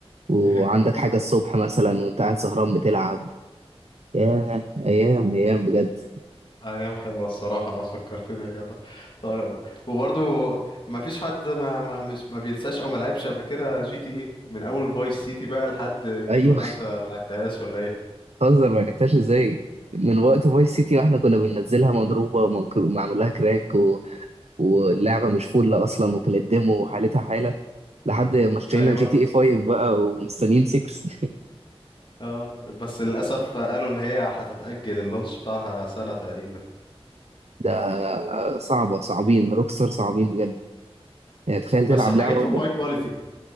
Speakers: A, on the right; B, on the left.
A: وعندك
B: <laughs>
A: حاجه الصبح مثلا وانت قاعد سهران بتلعب ياه ايام ايام بجد
B: ايام حلوة الصراحة آه، فكرتني يا جدع طيب وبرضو ما فيش حد ما ما مش ما بينساش او ما لعبش قبل كده جي تي ايه من اول فايس سيتي بقى لحد في
A: ايوه
B: ولا انت ما لعبتهاش ولا ايه
A: هزر ما لحقتهاش ازاي من وقت فايس سيتي واحنا كنا بننزلها مضروبه ومك- ومعمول لها كراك و... واللعبه مش فل اصلا وكانت ديمو وحالتها حاله لحد ما اشترينا
B: ايوه
A: جي تي اي 5 بقى ومستنيين 6
B: اه بس للاسف قالوا ان هي هتتاجل اللانش بتاعها سنه تقريبا
A: <laughs> ده صعبه صعبين روكستار صعبين بجد يعني تخيل
B: بس
A: تلعب
B: حاجتهم
A: لعبه وانت
B: هاي كواليتي